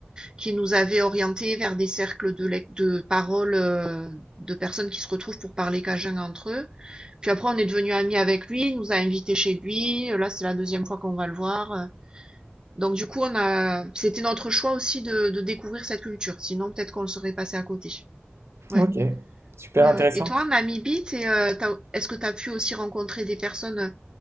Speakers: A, on the right (about 20°); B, on the right (about 75°).
A: qui nous avait orienté vers des cercles de, lec- de paroles euh, de personnes qui se retrouvent pour parler cajun entre eux. Puis après on est devenu amis avec lui, il nous a invités chez lui, euh, là c'est la deuxième fois qu'on va le voir. Donc du coup on a c'était notre choix aussi de, de découvrir cette culture, sinon peut-être qu'on le serait passé à côté. Ouais.
B: Ok, super
A: Ouais,
B: intéressant.
A: ouais. Et toi, en Namibie, t'es, euh, t'as- est-ce que tu as pu aussi rencontrer des personnes euh,